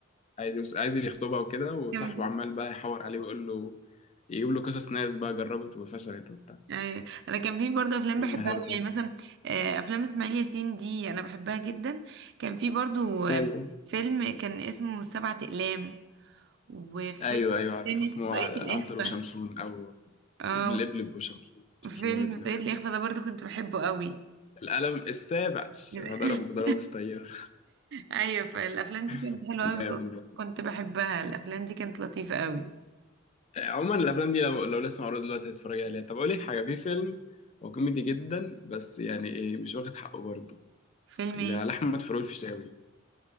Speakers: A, on the left; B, on the right.
A: عايز عايز يخطبها وكده وصاحبه
B: أيوة.
A: عمال بقى يحور عليه ويقول له يجيب له قصص ناس بقى جربت وفشلت وبتاع
B: أي. انا كان في برضه افلام
A: فيلم
B: بحبها
A: حلو
B: أوي
A: كده
B: يعني مثلا آه، افلام اسماعيل ياسين دي انا بحبها جدا كان في برضه
A: ايوه
B: آه، فيلم كان اسمه سبعة اقلام وفيلم
A: ايوه ايوه عارف
B: تاني
A: اسمه
B: اسمه طريقة
A: ع-
B: الاخفاء
A: عنتر وشمشون او
B: اه
A: لبلب وشمشون شمشون
B: فيلم
A: ولبلب
B: طريقة الاخفاء ده برضه كنت بحبه قوي
A: القلم السابع
B: <laughs>
A: راح ضربه بضربه في طياره
B: ايوه فالافلام دي كانت
A: <laughs>
B: حلوه
A: جامد
B: قوي
A: برضه.
B: كنت بحبها الافلام دي كانت لطيفه قوي
A: عموما الافلام دي لو, لو لسه معروضه دلوقتي هتتفرج عليها طب اقول لك حاجه في فيلم هو كوميدي جدا بس يعني ايه مش واخد حقه برضه
B: فيلم
A: اللي
B: ايه
A: على احمد فاروق الفيشاوي